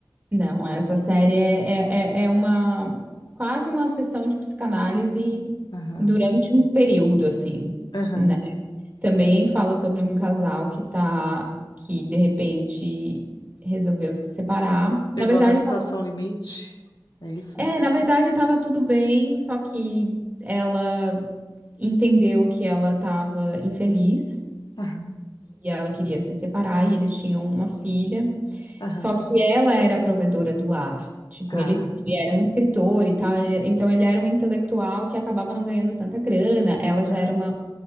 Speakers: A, on the right (about 20°); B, on the left (about 80°).
A: Não, essa série é, é, é é uma quase uma sessão de psicanálise
B: Aham.
A: durante um período, assim,
B: Aham.
A: né? Também fala sobre um casal que tá, que de repente resolveu se separar. Na
B: Chegou
A: verdade,
B: na situação limite, é isso?
A: É, na verdade estava tudo bem, só que ela entendeu que ela estava infeliz
B: Aham.
A: e ela queria se separar e eles tinham uma filha.
B: Aham.
A: Só que ela era a provedora do lar. Tipo,
B: Ah.
A: ele, ele era um escritor e tal, ele- então ele era um intelectual que acabava não ganhando tanta grana. Ela já
B: Aham.
A: era uma,